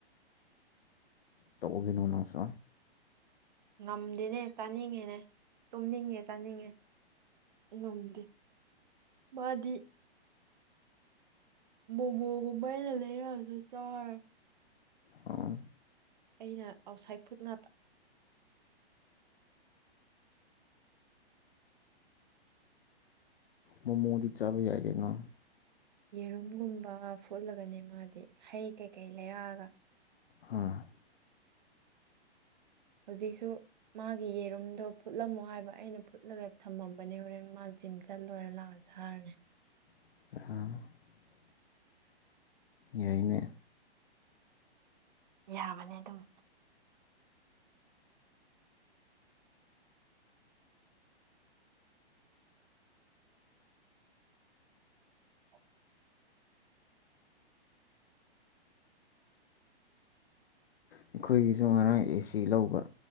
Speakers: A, on the left (about 65°); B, on the right (about 45°).
A: ꯇꯧꯎꯒꯤꯅꯣ ꯅꯪꯁꯨ
B: ꯉꯝꯗꯦꯅꯦ ꯆꯥꯅꯤꯡꯉꯦꯅꯦ ꯇꯨꯝꯅꯤꯡꯉꯦ ꯆꯥꯅꯤꯡꯉꯦ ꯉꯝꯗꯦ ꯃꯥꯗꯤ ꯃꯣꯃꯣꯒꯨꯝꯕ ꯑꯩꯅ ꯂꯩꯔꯛꯑꯁꯨ ꯆꯥꯔꯦ
A: ꯑ
B: ꯑꯩꯅ ꯑꯥꯎꯠꯁꯥꯏꯠ ꯐꯨꯠ ꯉꯥꯛꯇ
A: ꯃꯣꯃꯣꯗꯤ ꯆꯥꯕ ꯌꯥꯏꯗꯩꯅꯣ
B: ꯌꯦꯔꯨꯝꯒꯨꯝꯕ ꯐꯨꯠꯂꯒꯅꯦ ꯃꯥꯗꯤ ꯍꯩ ꯀꯩꯀꯩ ꯂꯩꯔꯛꯑꯒ
A: ꯍꯥꯥ
B: ꯍꯧꯖꯤꯛꯁꯨ ꯃꯥꯒꯤ ꯌꯦꯔꯨꯝꯗꯣ ꯐꯨꯠꯂꯝꯃꯣ ꯍꯥꯏꯕ ꯑꯩꯅ ꯐꯨꯠꯂꯒ ꯊꯝꯃꯝꯕꯅꯦ ꯍꯣꯔꯦꯟ ꯃꯥ ꯖꯤꯝ ꯆꯠ ꯂꯣꯏꯔ ꯂꯥꯛꯑꯁꯦ ꯍꯥꯏꯔꯅꯤ
A: ꯑ ꯌꯥꯏꯅꯦ
B: ꯌꯥꯕꯅꯦ ꯑꯗꯨꯝ <inaudible>
A: ꯑꯩꯈꯣꯏꯒꯤꯁꯨ ꯉꯔꯥꯡ ꯑꯦꯁꯤ ꯂꯧꯕ